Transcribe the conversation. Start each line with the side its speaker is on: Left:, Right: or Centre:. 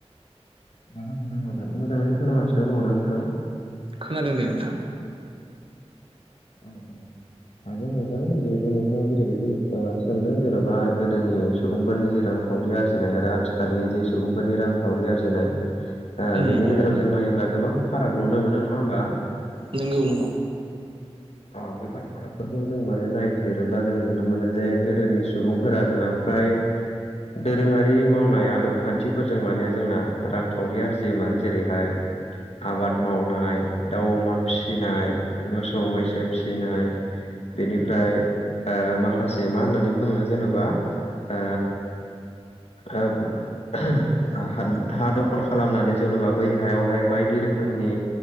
Left: हागोन नोंथां हागोन मोजाङैनो खोनागासिनो दङना नोंथाङा।
Right: खोनादों दे नोंथां।
Left: औ औ। हागोन नोंथां जिहेथु नोंथाङा जेरैबायदि बा सोंदों जेनबा गोदोनि सुबुंफोरनि जेरां। रांखावरि आरजिनाय आरो आथिखालनि जे सुबुंफोरनि रांखावरि आरजिनाय ओ
Right: उम
Left: बिनि
Right: उम
Left: गेजेराव जों नायोब्ला गोबां फाराग नुनो मोनो नङा होमबा।
Right: नंगौ नंगौ
Left: अ बेफोर फाराखफोरखौ जों माने नाय। जेरोब्ला जों नुनो मोनो जे गोदोनि सुबुंफोरा जोंना फ्राय दोरोङारि मावनाय आदब खान्थिफोरजों माने जोंना रांखावरि आरजिमोन जेरैहाय आबाद मावनाय दाउ अमा फिसिनाय मोसौ मैसो फिसिनाय। बेनिफ्राय माखासे ओ मा होननानै बुङो जेनेबा। ओ आ हा दखल खालामनानै जेनबा बै हायावहाय बायदि रोखोमनि